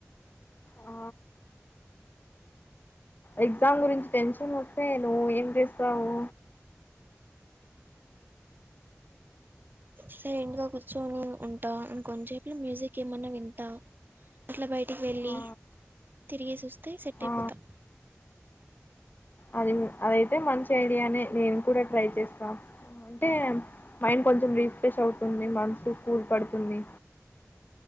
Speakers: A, on the left; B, on the right.
A: ఆ ఎగ్జామ్ గురించి టెన్షన్ వస్తే నువ్వు ఏం చేస్తావు
B: సైలెంట్ గా కూర్చొని ఉంటా కొంచసేపు లో మ్యూజిక్ ఏమన్నా వింటా అట్లా బయటికి వెళ్ళి
A: ఆ
B: తిరిగేసి వస్తే సెట్
A: ఆ
B: అయిపోతా
A: అది అదైతె మంచి ఐడియానే నేను కూడా ట్రై చేస్తా ఆ టే మైండ్ కొంచెం రీఫ్రెష్ అవుతుంది మాన్సు కూల్ పడ్తుంది